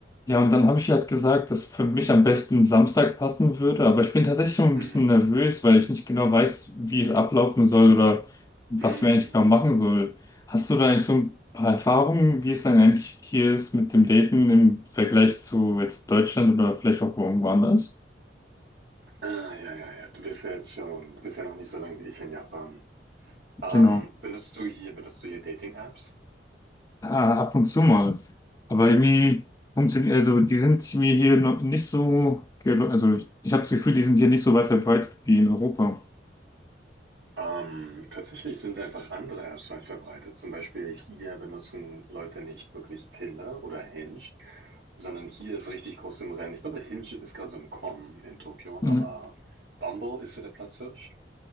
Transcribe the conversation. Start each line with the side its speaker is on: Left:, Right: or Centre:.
Left: Ja, und dann habe ich halt gesagt, dass für mich am besten Samstag passen würde. Aber ich bin tatsächlich schon
Right: Mhm.
Left: ein bisschen nervös, weil ich nicht genau weiß, wie es ablaufen soll oder was
Right: Mhm.
Left: wir eigentlich genau machen soll. Hast du da eigentlich so ein paar Erfahrungen, wie es dann eigentlich hier ist mit dem Daten im Vergleich zu jetzt Deutschland oder vielleicht auch irgendwo anders?
Right: Ah, ja, ja, ja. Du bist ja jetzt schon, du bist ja noch nicht so lange wie ich in Japan. Ähm,
Left: Genau.
Right: benutzt du hier, benutzt du hier Dating-Apps?
Left: Ah, ab und zu mal. Aber irgendwie funktioniert, also die sind mir hier noch nicht so, gelo- also ich, ich habe das Gefühl, die sind hier nicht so weit verbreitet wie in Europa.
Right: Ähm, tatsächlich sind einfach andere Apps weit verbreitet. Zum Beispiel hier benutzen Leute nicht wirklich Tinder oder Hinge, sondern hier ist richtig groß im Rennen. Ich glaube, Hinge ist gerade so im Kommen in Tokio,
Left: Mhm.
Right: aber Bumble ist so der Platzhirsch.